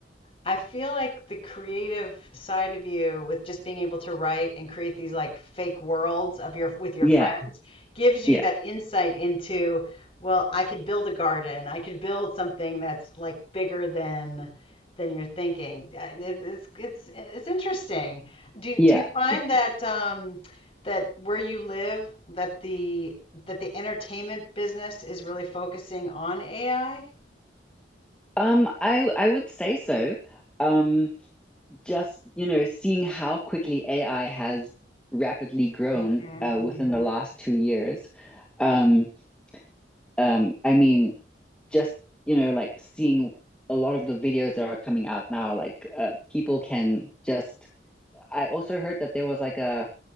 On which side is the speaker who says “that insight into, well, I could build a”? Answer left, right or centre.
Left